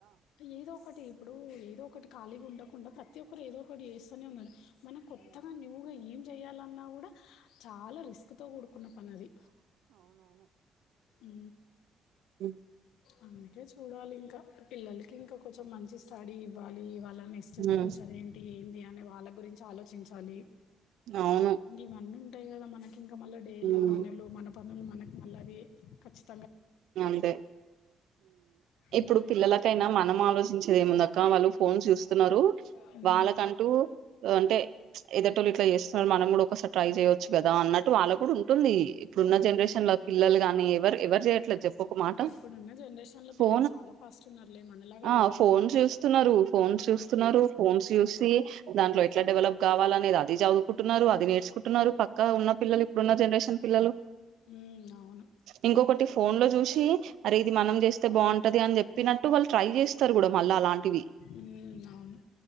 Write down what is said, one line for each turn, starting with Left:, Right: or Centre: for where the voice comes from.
Left: ఏదో ఒకటి ఇప్పుడు ఏదో ఒకటి ఖాళీ గుండకు కుండా ప్రతి ఒక్కరు ఏదో ఒకటి చేస్తూనే ఉన్నారు మన కొత్తగా న్యూగా ఏం జెయాలన్నా గూడ చాలా రిస్క్ తో గూడుకున్న పనది ఉ
Right: ఉ
Left: అందుకే చూడాలి ఇంకా పిల్లలకి ఇంకా కొంచెం మంచి స్టడీ ఇవ్వాలి వాళ్ళ నెస్ట్
Right: హ్మ్.
Left: ఫ్యూచర్ ఏంటి ఏంది అని వాళ్ళ గురించి ఆలోచించాలి
Right: అవును
Left: ఇవన్నీ ఉంటాయి కదా మనకి ఇంకా మళ్ళా డైలీ
Right: హ్మ్.
Left: పనులు మన పనులు మనకి మళ్ళవి ఖచ్చిత
Right: అంతే
Left: హ్మ్.
Right: ఇప్పుడు పిల్లలకైనా మనం ఆలోచించేది ఏముందక్క వాళ్ళు ఫోన్ చూస్తున్నారు
Left: హ్మ్.
Right: వాళ్ళకంటూ అంటే ఎదటోళ్ళు ఇట్లా చేస్తున్నారు మనం కూడా ఒక ట్రై చేయచ్చు కద అన్న వాళ్ళ కూడా ఉంటుంది ఇప్పుడు ఉన్న
Left: హ్మ్.
Right: జనరేషన్ లో పిల్లలు గాని ఎవరు ఎవరు చేయట్లేదు చెప్పు ఒక మాట
Left: ఇప్పుడున్న జనరేషన్ లో
Right: ఫో
Left: పిల్లలు చాలా ఫాస్ట్ ఉన్నారులే మనలాగా
Right: ఆ
Left: లేరు
Right: ఫోన్
Left: కదా
Right: చూస్తున్నారు ఫోన్ చూస్తున్నారు
Left: ఉమ్
Right: ఫోన్స్ చూసి దాంట్లో ఎట్లా డెవలప్ కావాలనేది అది చదువుకుంటున్నారు అది నేర్చుకుంటున్నారు పక్క ఉన్న పిల్లలు ఇప్పుడున్న జనరేషన్ పిల్లలు
Left: ఉమ్ అవును
Right: ఇంకోకటి
Left: ఉమ్
Right: లో చూసి అరే ఇది మనం చేస్తే బాగుంటది అని చెప్పినట్టు వాళ్ళు ట్రై చేస్తారు కూడా మళ్ళా అలాంటివి
Left: ఉ అవును